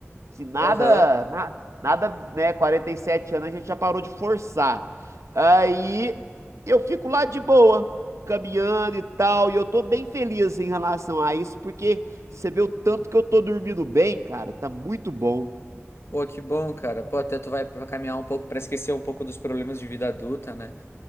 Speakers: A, on the right (about 85°); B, on the left (about 60°).
A: Se nada,
B: aham.
A: na- nada, né? 47 anos a gente já parou de forçar. Aí eu fico lá de boa, caminhando e tal, e eu tô bem feliz em relação a isso, porque você vê o tanto que eu tô dormindo bem, cara, tá muito bom.
B: Pô, que bom, cara. Pô, até tu vai vai caminhar um pouco pra esquecer um pouco dos problemas de vida adulta, né?